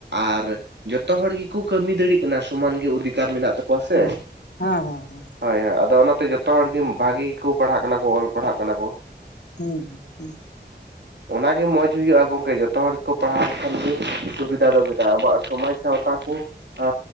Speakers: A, on the right; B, on the left.
A: ᱟᱨ ᱡᱚᱛᱚ ᱦᱚᱲ ᱜᱮᱠᱚ ᱠᱟᱹᱢᱤ ᱫᱟᱲᱮᱭᱟᱜ ᱠᱟᱱᱟ ᱥᱚᱢᱟᱱ ᱜᱮ ᱚᱫᱷᱤᱠᱟᱨ ᱢᱮᱱᱟᱜ ᱛᱟᱠᱚᱣᱟ ᱥᱮ
B: ᱦᱮᱸ ᱦᱮᱸ ᱦᱮᱸ ᱦᱮᱸ
A: ᱦᱳᱭ ᱦᱳᱭ ᱟᱫᱚ ᱚᱱᱟᱛᱮ ᱡᱚᱛᱚ ᱦᱚᱲ ᱜᱮ ᱵᱷᱟᱜᱤ ᱜᱮᱠᱚ ᱯᱟᱲᱦᱟᱜ ᱠᱟᱱᱟ ᱠᱚ ᱚᱞ ᱯᱟᱲᱦᱟᱜ ᱠᱟᱱᱟ ᱠᱚ
B: ᱦᱩᱸ ᱦᱩᱸ ᱦᱩᱸ
A: ᱚᱱᱟᱜ ᱜᱮ ᱢᱚᱸᱡᱽ ᱦᱩᱭᱩᱜᱼᱟ ᱜᱚᱝᱠᱮ ᱡᱚᱛᱚ ᱦᱚᱲ ᱠᱚ ᱯᱟᱲᱦᱟᱣ ᱞᱮᱠᱷᱟᱱ ᱜᱮ ᱥᱩᱵᱤᱫᱷᱟ ᱫᱚ ᱵᱮᱼᱟ ᱟᱵᱚᱣᱟᱜ ᱥᱚᱢᱟᱡᱽ ᱥᱟᱶᱛᱟ ᱠᱚ ᱟ